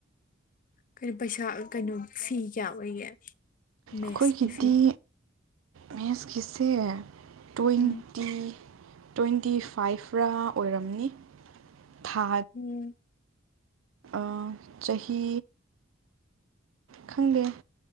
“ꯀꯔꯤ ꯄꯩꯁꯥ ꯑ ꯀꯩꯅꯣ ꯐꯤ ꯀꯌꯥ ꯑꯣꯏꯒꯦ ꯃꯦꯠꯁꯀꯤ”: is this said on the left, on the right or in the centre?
Left